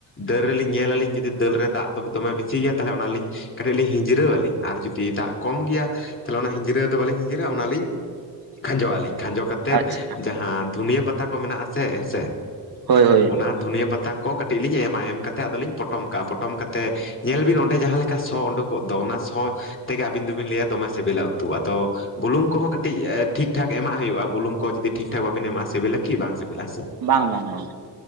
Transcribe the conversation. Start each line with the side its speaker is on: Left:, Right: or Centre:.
Left: ᱫᱟᱹᱞ ᱨᱮ ᱞᱤᱧ ᱧᱮᱞ ᱟᱹᱞᱤᱧ ᱡᱩᱫᱤ ᱫᱟᱹᱞ ᱨᱮ ᱫᱟᱜ ᱛᱮ ᱫᱚᱢᱮ ᱵᱮᱥᱤ ᱜᱮᱭᱟ, ᱛᱟᱞᱦᱮ ᱚᱱᱟ ᱞᱤᱧ ᱠᱟᱹᱴᱤᱡ ᱞᱤᱧ ᱦᱤᱡᱨᱟᱹᱣ ᱟᱹᱞᱤᱧ ᱟᱨ ᱡᱩᱫᱤ ᱫᱟᱜ ᱠᱚᱢ ᱜᱮᱭᱟ᱾ ᱛᱟᱦᱞᱮ ᱚᱱᱟ ᱦᱤᱡᱨᱟᱹᱣ ᱫᱚ ᱵᱟᱹᱞᱤᱧ ᱦᱤᱡᱨᱟᱹᱣ ᱚᱱᱟ ᱞᱤᱧ ᱠᱷᱟᱸᱡᱚ ᱟᱹᱞᱤᱧ ᱠᱷᱟᱸᱡᱚ ᱠᱟᱛᱮ
Right: ᱟᱪᱪᱷᱟ
Left: ᱡᱟᱦᱟ ᱫᱷᱩᱱᱭᱟᱹ ᱯᱟᱛᱟ ᱠᱚ ᱢᱮᱱᱟᱜ ᱥᱮ, ᱦᱮᱸ ᱥᱮ ᱾
Right: ᱦᱳᱭ ᱦᱳᱭ
Left: ᱚᱱᱟ ᱫᱷᱩᱱᱤᱭᱟᱹ ᱯᱟᱛᱟ ᱠᱚ ᱠᱟᱹᱴᱤᱡ ᱞᱤᱧ ᱮᱢᱟ, ᱮᱢ ᱠᱟᱛᱮ ᱟᱫᱚ ᱞᱤᱧ ᱯᱚᱴᱚᱢ ᱠᱟᱜᱼᱟ, ᱯᱚᱴᱚᱢ ᱠᱟᱛᱮ ᱧᱮᱞ ᱵᱤᱱ ᱚᱸᱰᱮ ᱡᱟᱦᱟ ᱞᱮᱠᱟ ᱥᱚ ᱳᱰᱳᱠ ᱠᱚᱜ ᱫᱚ ᱚᱱᱟ ᱥᱚ ᱛᱮ ᱜᱮ ᱟᱹᱵᱤᱱ ᱫᱚ ᱵᱤᱱ ᱞᱟᱹᱭ-ᱟ ᱫᱚᱢᱮ ᱥᱤᱵᱤᱞᱟ ᱩᱛᱩ ᱟᱫᱚ ᱵᱩᱞᱩᱝ ᱠᱚᱦᱚᱸ ᱠᱟᱹᱴᱤᱡ ᱴᱷᱤᱠ ᱴᱷᱟᱠ ᱮᱢᱟᱜ ᱦᱳᱭᱳᱜ-ᱟ ᱾ ᱵᱩᱞᱩᱝ ᱡᱩᱫᱤ ᱴᱷᱤᱠ ᱴᱷᱟᱠ ᱵᱟᱵᱮᱱ ᱮᱢᱟᱜ-ᱟ ᱥᱤᱵᱤᱞᱟ ᱠᱤ ᱵᱟᱝ ᱥᱤᱵᱤᱞᱟ ᱦᱮᱸ ᱥᱮ?
Right: ᱵᱟᱝ, ᱵᱟᱝ, ᱵᱟᱝ ᱾